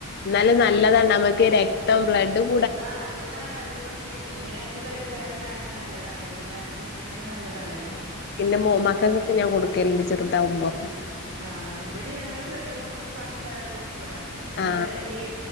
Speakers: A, on the left; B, on the right.
A: എന്നാലും നല്ലതാണ് നമുക്ക് രക്തം ബ്ലഡും.
B: ആ നല്ലതാണ് അതിപ്പോൾ എങ്ങനാക്കി കഴിച്ചാലും രാഗി നല്ലതാണ്. എന്തുണ്ടാക്കി കഴിച്ചാലും നല്ലതാണല്ലോ അല്ലെ
A: എന്റെ മോൻമാർക്ക് ഞാൻ കൊടുക്കാര്ന്ന് ചെറുതാവുമ്പം
B: ആ ഇവിടെ ഞങ്ങള് ചെറിയ മക്കൾക്ക് ഫസ്റ്റ് തന്നെ കൊടു നമ്മൾ
A: ആ
B: ഈ